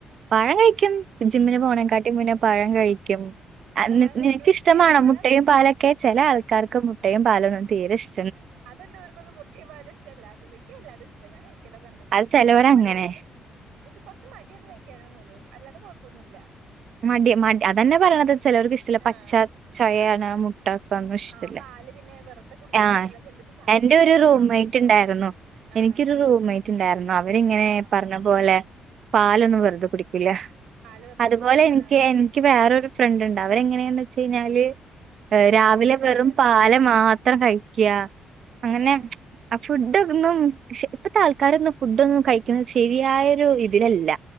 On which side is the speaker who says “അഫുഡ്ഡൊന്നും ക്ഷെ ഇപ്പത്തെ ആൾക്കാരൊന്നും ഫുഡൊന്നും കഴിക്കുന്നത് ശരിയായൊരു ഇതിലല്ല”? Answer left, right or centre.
Right